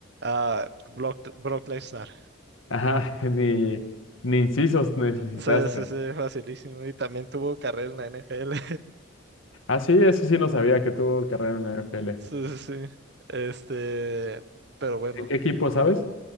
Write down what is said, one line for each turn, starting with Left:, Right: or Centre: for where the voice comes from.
Right: Ah, Brock, Brock Lesnar.
Left: Ajá, <laughs> ni, ni incisos necesitaste.
Right: Sí, sí, sí, facilísimo. Y también tuvo carrera en la NFL.
Left: Ah, sí, eso sí no sabía que
Right: <laughs>
Left: tuvo carrera en la NFL.
Right: Sí, sí, sí. Este, pero bueno.
Left: ¿En qué equipo, sabes?